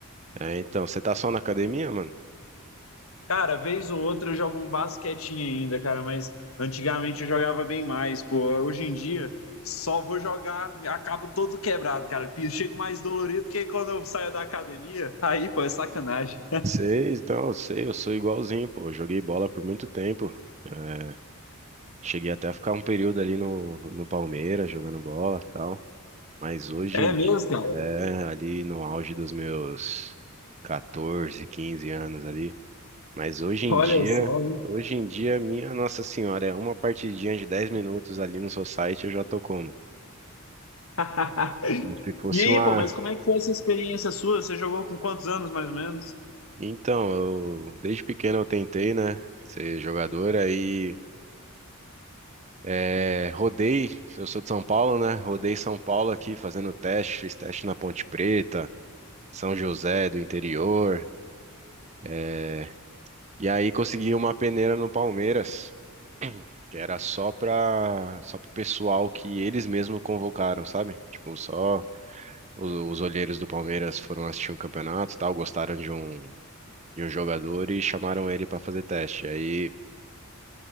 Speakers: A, on the right (about 30°); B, on the left (about 70°).
A: É, então, você tá só na academia, mano?
B: Cara, vez ou outra eu jogo um basquetinho ainda, cara, mas antigamente eu jogava bem mais, pô. Hoje em dia só vou jogar, acabo todo quebrado, cara. Chego mais dolorido que quando eu saio da academia. Aí, pô, é sacanagem.
A: Sei, então, eu sei, eu sou igualzinho, pô. Eu Joguei bola por muito tempo. É, cheguei até a ficar um período ali no, no Palmeiras jogando bola e tal. Mas hoje
B: É
A: em
B: mesmo,
A: dia,
B: cara?
A: é, ali no auge dos meus 14 15 anos ali. Mas hoje em
B: Olha
A: dia,
B: só, hein?
A: hoje em dia, minha Nossa Senhora, é uma partidinha de 10 minutos ali no Society, eu já tô como?
B: <laughs>
A: Como se fosse
B: E aí,
A: uma.
B: pô, mas como é que foi essa experiência sua? Você jogou com quantos anos, mais ou menos?
A: Então, eu desde pequeno eu tentei, né? Ser jogador, aí. É, rodei, eu sou de São Paulo, né? Rodei São Paulo aqui fazendo teste, fiz teste na Ponte Preta, São José do interior. é, E aí consegui uma peneira no Palmeiras, que era só para só pro pessoal que eles mesmos convocaram, sabe? Tipo, só os, os olheiros do Palmeiras foram assistir um campeonato, e tal, gostaram de um de um jogador e chamaram ele para fazer teste. Aí